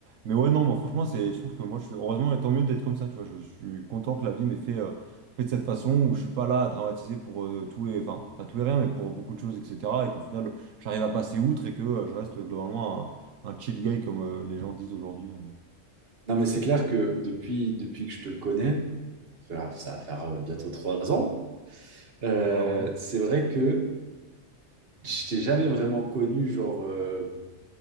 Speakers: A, on the right; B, on the right.
A: mais ouais, non, moi, franchement, c'est, je trouve que moi, je suis, heureusement, et tant mieux d'être comme ça, tu vois. Je, suis content que la vie m'ait fait, euh, fait de cette façon où je suis pas là à dramatiser pour euh, tout et, enfin, pas tout et rien, mais pour beaucoup de choses, etc. Et qu'au final, j'arrive à passer outre et que euh, je reste globalement un chill guy comme euh, les gens disent aujourd'hui. euh.
B: Non, mais c'est clair que depuis, depuis que je te connais, ça va ça va faire euh, bientôt trois ans, euh,
A: Bah ouais.
B: c'est vrai que je t'ai jamais vraiment connu, genre, euh,